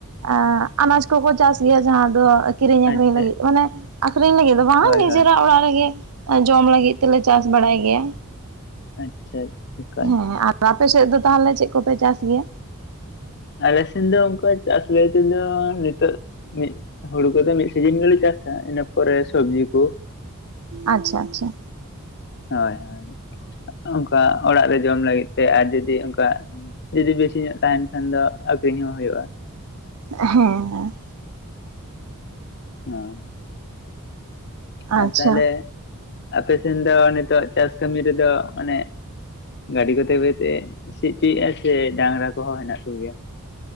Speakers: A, on the right (about 90°); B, on the left (about 50°).
A: ᱟ ᱟᱱᱟᱡ ᱠᱚ ᱪᱟᱥ ᱜᱮᱭᱟ ᱡᱟᱦᱟᱸ ᱫᱚ ᱠᱤᱨᱤᱧ ᱟᱠᱷᱨᱤᱧ
B: ᱟᱪᱪᱷᱟ
A: ᱞᱟᱹᱜᱤᱫ ᱢᱟᱱᱮ ᱟᱠᱷᱨᱤᱧ ᱞᱟᱹᱜᱤᱫ ᱫᱚ ᱵᱟᱝ
B: ᱦᱳᱭ
A: ᱱᱤᱡᱮᱨᱟᱜ
B: ᱦᱳᱭ
A: ᱚᱲᱟᱜ ᱨᱮᱜᱮ ᱡᱚᱢ ᱞᱟᱹᱜᱤᱫ ᱛᱮᱞᱮ ᱪᱟᱥ ᱵᱟᱲᱟᱭ ᱜᱮᱭᱟ᱾
B: ᱟᱪᱪᱷᱟ! ᱮᱠᱟᱞ
A: ᱦᱮᱸ ᱟᱨ ᱟᱯᱮ ᱥᱮᱫ ᱫᱚ ᱛᱟᱦᱞᱮ ᱪᱮᱫ ᱠᱚᱯᱮ ᱪᱟᱥ ᱜᱮᱭᱟ?
B: ᱟᱞᱮᱴᱮᱥᱮᱱ ᱫᱚ ᱚᱱᱠᱟ ᱪᱟᱥ ᱞᱟᱹᱭ ᱛᱮᱫᱚ ᱱᱤᱛᱚᱜ ᱢᱤᱫ ᱦᱩᱲᱩ ᱠᱚᱫᱚ ᱢᱤᱫ ᱥᱤᱡᱤᱱ ᱜᱮᱞᱮ ᱪᱟᱥ ᱟ ᱤᱱᱟᱹ ᱯᱚᱨᱮ ᱥᱚᱵᱡᱤ ᱠᱚ
A: ᱟᱪᱪᱷᱟ! ᱟᱪᱪᱷᱟ!
B: ᱦᱳᱭ! ᱦᱳᱭ! ᱚᱱᱠᱟ ᱚᱲᱟᱜ ᱨᱮ ᱡᱚᱢ ᱞᱟᱹᱜᱤᱫ ᱛᱮ ᱟᱨ ᱡᱩᱚᱫᱤ ᱚᱱᱠᱟ ᱡᱩᱫᱤ ᱵᱮᱥᱤ ᱧᱚᱜ ᱛᱟᱦᱮᱱ ᱠᱷᱟᱱ ᱫᱚ ᱟᱠᱷᱨᱤᱧ ᱦᱚᱸ ᱦᱩᱭᱩᱜᱼᱟ᱾
A: ᱦᱮᱸ
B: ᱦᱮᱸ ᱟᱨ
A: ᱟᱪᱪᱷᱟ
B: ᱛᱟᱦᱚᱞᱮ ᱟᱯᱮ ᱥᱮᱱ ᱫᱚ ᱱᱤᱛᱚᱜ ᱪᱟᱥ ᱠᱟᱹᱢᱤ ᱨᱮᱫᱚ ᱢᱟᱱᱮ ᱜᱟᱹᱰᱤ ᱠᱚᱛᱮ ᱵᱟᱹᱭᱛᱮ ᱥᱤ ᱦᱚᱪᱚᱭᱮᱼᱟ ᱥᱮ ᱰᱟᱝᱨᱟ ᱠᱚᱦᱚᱸ ᱦᱮᱱᱟᱜ ᱠᱚᱜᱮᱭᱟ?